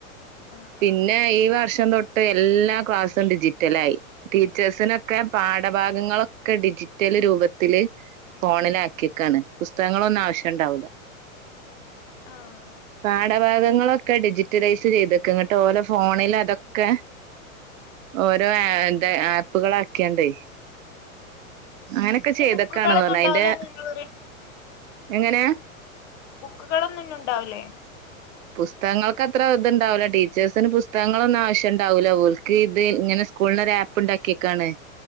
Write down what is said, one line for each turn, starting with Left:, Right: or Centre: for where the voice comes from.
Left: ആഹ്
Right: പിന്നെ
Left: ആഹ്
Right: ഈ വർഷം തൊട്ട് ഇപ്പ എല്ലാ ക്ലാസ്സും ഡിജിറ്റലായി ടീച്ചേഴ്സിനൊക്കെ പാഠഭാഗങ്ങളൊക്കെ ഡിജി റ്റല് രൂപത്തില് ഫോണിലാക്കിക്കാണ് പുസ്തകങ്ങളൊന്നും ആവശ്യണ്ടാവൂല്ല.
Left: ആഹ്
Right: പാടം വിഭാഗങ്ങളൊക്കെ ഡിജിറ്റലൈസ് ചെയ്ത്ക്ക എന്നിട്ട് ഓലെ ഫോണിലതൊക്കെ. ഓരോ എന്താ ആപ്പുകള് ഒക്കെണ്ടേ അങ്ങനെ ഒക്കെ
Left: ഇനി
Right: ചെയ്യ്തെക്കാണ്ന്ന്
Left: ബുക്കുകളൊന്നും
Right: പറഞ്ഞ്
Left: ഉണ്ടാവൂലാന്നാ
Right: അയിന്റെ
Left: ഇങ്ങള് പറയണെ
Right: എങ്ങനെ
Left: ബുക്കുകളൊന്നും ഇന്നുണ്ടാവില്ലേ
Right: പുസ്തകങ്ങൾക്ക് അത്ര ഇതുണ്ടാവില്ലോ ടീച്ചേഴ്സിന് പുസ്തകങ്ങൾ ഒന്നും ആവശ്യം ഇണ്ടാവൂല്ല ഓലിക്ക്‌ ഇത് ഇങ്ങനെ സ്കൂളിന് ഒരു ആ പ്പു ഉണ്ടാക്കിയേക്കാണ്